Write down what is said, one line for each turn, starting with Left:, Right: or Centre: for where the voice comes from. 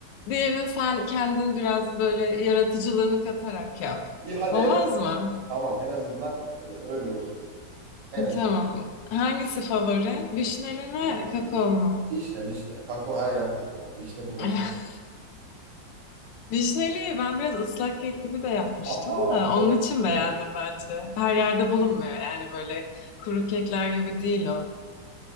Left: Diğerini sen kendin biraz böyle yaratıcılığını katarak yap.
Right: İyi hadi
Left: Olmaz
Right: en azından.
Left: mı?
Right: Tamam en azından e, öyle olsun. En az.
Left: Tamam. Hangisi favorin? Vişneli mi,
Right: Vi-
Left: kakao mu?
Right: Vişne vişne. Kakao her yer kakao. Vişne bulması.
Left: <laughs> Vişneliyi ben biraz ıslak kek gibi de yapmıştım
Right: Aa,
Left: da onun
Right: bayılırım.
Left: için beğendim bence. Her yerde bulunmuyor yani böyle kuru kekler gibi değil o.